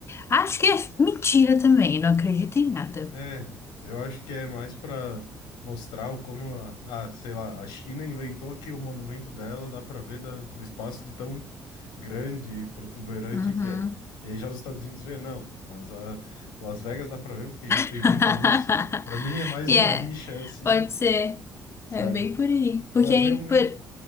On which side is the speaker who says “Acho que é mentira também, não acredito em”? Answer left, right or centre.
Left